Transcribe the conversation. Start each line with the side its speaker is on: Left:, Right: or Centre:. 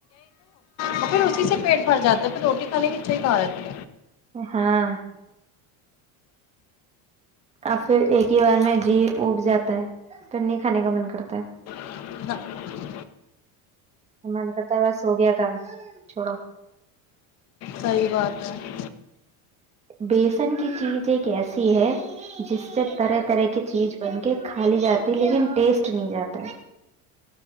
Left: تو پھر اسی سے پیٹ بھر جاتا ہے پھر روٹی کھالیکے <unintelligible>
Right: ہاں اب پھر ایک ہی بار میں جی اٹھ جاتا ہے پھر نہیں کھانے کا من کرتا ہے
Left: <inaudible>
Right: من کرتا ہے بس ہو گیا کام چھوڑو
Left: صحیح بات ہے
Right: بیسن کی چیز ایک ایسی ہے جس سے طرح طرح کی چیز بن کے کھا لی جاتی لیکن ٹیسٹ نہیں جاتا ہے